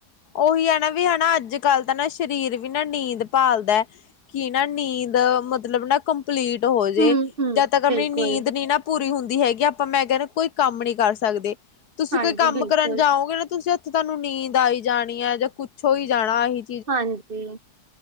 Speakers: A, on the left; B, on the right.
A: ਓਹੀ ਐਨਾ ਵੀ ਹੈਨਾ, ਅੱਜ ਕੱਲ੍ਹ ਤਾਂ ਨਾ ਸਰੀਰ ਵੀ ਨਾ ਨੀਂਦ ਪਾਲਦਾ। ਕਿ ਨਾ ਨੀਂਦ ਮਤਲਬ ਨਾ ਕੰਪਲੀਟ ਹੋਜੇ,
B: ਹੂੰ, ਹੂੰ,
A: ਜਦ ਤੱਕ ਆਪਣੀ
B: ਬਿਲਕੁਲ।
A: ਨੀਂਦ ਨੀ ਨਾ ਪੂਰੀ ਹੁੰਦੀ ਹੈਗੀ, ਆਪਾਂ ਮੈਂ ਕੈਂਣਾ ਕੋਈ ਕੰਮ ਨੀ ਕਰ ਸਕਦੇ। ਤੁਸੀਂ
B: ਹਾਂਜੀ,
A: ਕੋਈ ਕੰਮ
B: ਬਿਲਕੁਲ।
A: ਕਰਨ ਜਾਓਗੇ ਨਾ, ਤੁਸੀਂ ਤਾਨੂੰ ਨੀਂਦ ਆਈ ਜਾਣੀ ਏ ਜਾਂ ਕੁੱਛੋ ਹੋਈ ਜਾਣਾ ਏਹੀ।
B: ਹਾਂਜੀ।